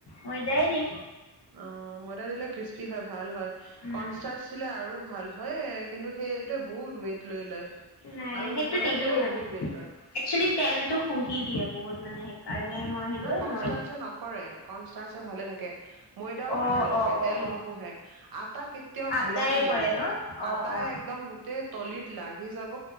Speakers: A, on the left; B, on the right.
A: ময়দায়ে দিম
B: অ ময়দা দিলে কৃস্পি হয় ভাল হয়
A: উম
B: কনষ্টাৰ্টছিলে আৰু ভাল হয় কিন্তু সেইটোে বহুত ৱেট। লৈ লয়
A: নাই
B: আৰু
A: সেইটো
B: ময়দা
A: নিদো
B: দিলেও বহুত ৱেইট লয়।
A: একচুৱেলি তেলতটো শুহি দিয়ে। বহুত মানে। সেইকাৰণে মই ভাবিলো
B: নহ
A: এ
B: কনষ্টাৰ
A: মই
B: নকৰে কনষ্টায়ে ভালে থাকে। ময়দাও
A: অ
B: ভালে থাকে
A: অ অ
B: তেল
A: অ অ
B: নুশুহে আটা কেতিয়াও
A: আটাৰে
B: ভুলতো নিদিবি
A: কৰে ন অ
B: আটাই
A: অ অ
B: একদম গোটেই। তলিত লাগি যাব।